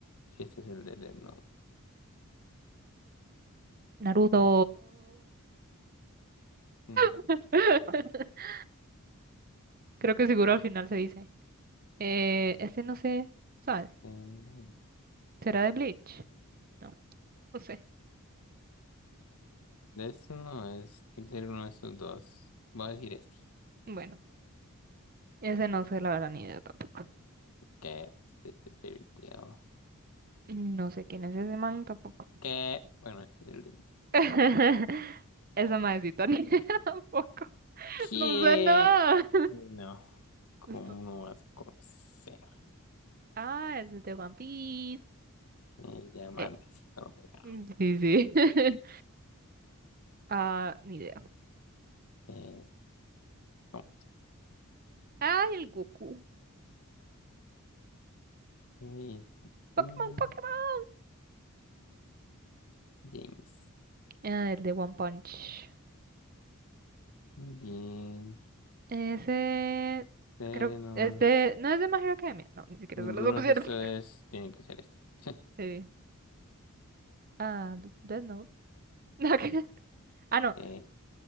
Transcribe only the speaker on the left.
Si este es el de Death Note.
Es- no,
eh,
de esto no es. Tiene que ser uno de estos dos. Voy a decir este.
Que este es este Fairy Tail.
Que bueno, este es el de.
¿Qué?
Sí, No. ¿Cómo
no vas a conocer?
Eh, ya manda
si no lo pega.
Eh, ¿cómo?
Eh,
mm,
James.
Muy bien.
Tenemos...
Ninguno
de estos
tiene que ser este. <laughs>
Eh,